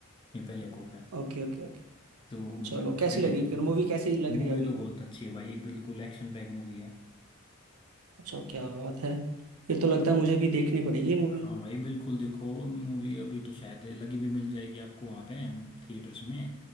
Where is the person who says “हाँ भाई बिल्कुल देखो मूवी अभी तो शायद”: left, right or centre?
Left